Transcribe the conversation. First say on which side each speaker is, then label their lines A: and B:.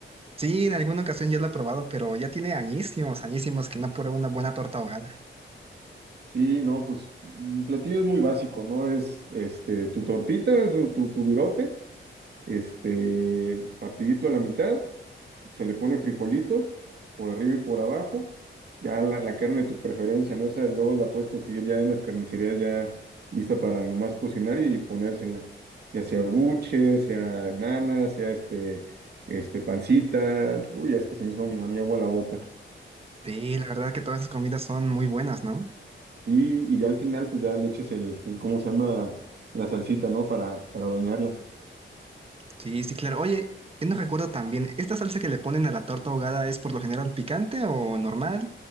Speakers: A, on the right (about 30°); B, on the right (about 55°).
A: Sí, en alguna ocasión ya lo he probado, pero ya tiene añísimos, añísimos que no pruebo una buena torta ahogada.
B: Sí, no, pues un platillo es muy básico, ¿no? Es este tu tortita, es un- tu, tu virote, este, partidito a la mitad, se le pone frijolitos por arriba y por abajo, ya la, la carne de tu preferencia, ¿no? Esa luego la puedes conseguir ya en las carnicerías ya lista para nomás cocinar y ponérsela, ya sea buche, sea nana, sea este, este pancita, uy, hasta se me hizo a mi agua la boca.
A: Sí, la verdad que todas las comidas son muy buenas, ¿no?
B: Y, y ya al final, pues ya le eches el, el- ¿cómo se llama? La salsita, ¿no? Para, para bañarla.
A: Sí, sí, claro. Oye, yo no recuerdo también, ¿esta salsa que le ponen a la torta ahogada es por lo general picante o normal?